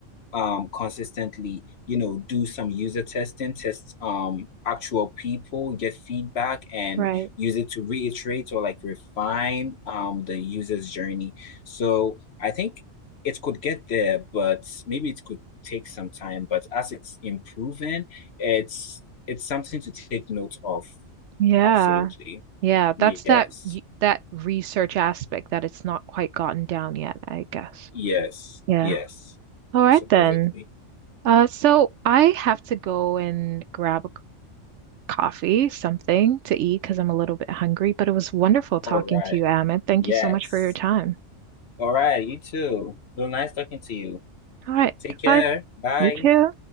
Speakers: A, on the left; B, on the right.
A: um consistently you know do some user testing test um actual people get feedback and
B: Right.
A: use it to reiterate or like refine um the user's journey so I think it could get there but maybe it could take some time but as it's improving it's it's something to take note of
B: Yeah.
A: absolutely
B: Yeah, that's
A: yes
B: that y- that research aspect that it's not quite gotten down yet, I guess.
A: yes
B: Yeah.
A: yes
B: All right
A: supposedly
B: then. Uh, so I have to go and grab a c- coffee, something to eat because I'm a little bit hungry, but it was wonderful talking
A: all right
B: to you, Amit. Thank
A: yes
B: you so much for your time.
A: All right, you too. It was nice talking to you.
B: All right,
A: Take
B: goodbye.
A: care. Bye.
B: You too.